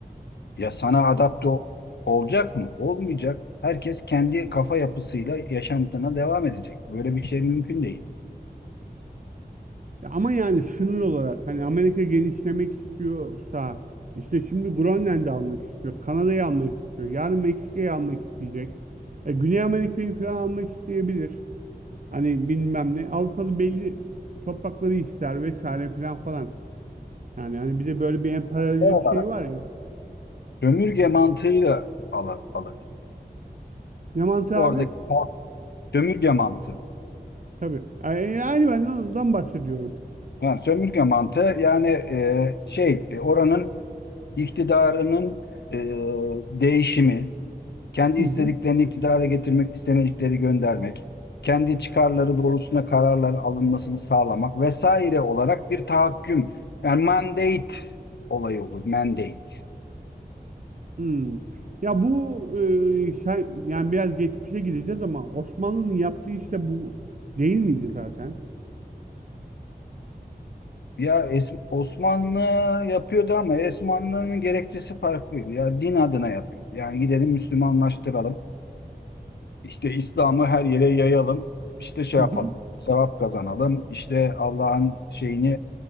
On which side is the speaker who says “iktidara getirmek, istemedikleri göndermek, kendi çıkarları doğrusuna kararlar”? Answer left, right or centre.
Left